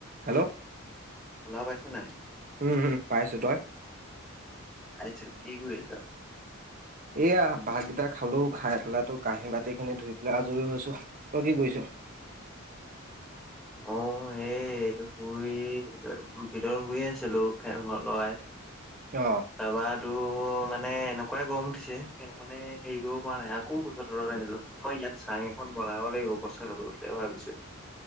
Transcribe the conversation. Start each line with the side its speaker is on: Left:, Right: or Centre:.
Right: Hello
Centre: শুনা পাইছা নাই?
Right: উমম পাইছো তই।
Centre: আছা কি কৰিছ।
Right: এয়া বাগকেইটা খালো খাই পেলাই তো কাঁহী বাতি খিনি ধুই পেলাই আজৰি হৈছো তই কি কৰিছো।
Centre: <unintelligible> এ শুই ভিতৰত শুই আছিলো ফেন খন লগায়।
Right: অ
Centre: তাপাটো। মানে এনেকুৱাই গম উঠিছে ফেনখনে হৰি কৰিব পৰা নাই আকৌ গছৰ তৰত আহিলো মই ইয়াত চাং এখন। বনাব লাগিব পচাৰ হ'ল ভাবিছো।